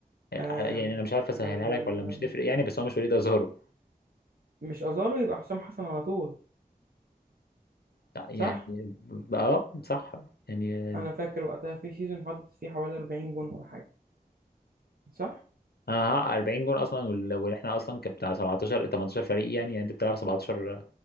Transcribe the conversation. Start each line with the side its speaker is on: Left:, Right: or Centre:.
Left: آه، آه،
Right: آه،
Left: يعني انا مش عارف اسهلها
Right: آه،
Left: لك ولا مش تفرق يعني بس هو مش وليد ازهرو
Right: مش ازارو يبقى حسام حسن على طول
Left: لا، يعني
Right: صح
Left: ب- اه صح يعني
Right: انا فاكر وقتها في سيزون حاطط فيه حوالي 40 جون ولا حاجه صح
Left: اه آه، 40 جون اصلا وال- واحنا اصلا كان بتاع 17 18 فريق يعني, يعني انت بتلعب 17